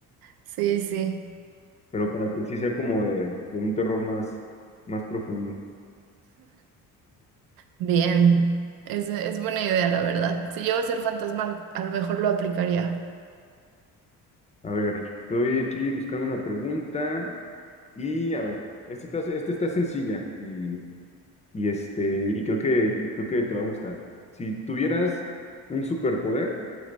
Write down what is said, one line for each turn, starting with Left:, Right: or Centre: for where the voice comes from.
Right: sí, sí,
Left: <laughs> Pero para que sí sea como de, de un terror más, más profundo.
Right: bien. Es, es buena idea, la verdad. Si yo a ser fantasma, a lo mejor lo aplicaría.
Left: A ver, estoy aquí buscando una pregunta y a ver, esta está, esta está sencilla y, y, este, y creo que, creo que te va a gustar. Si tuvieras un superpoder,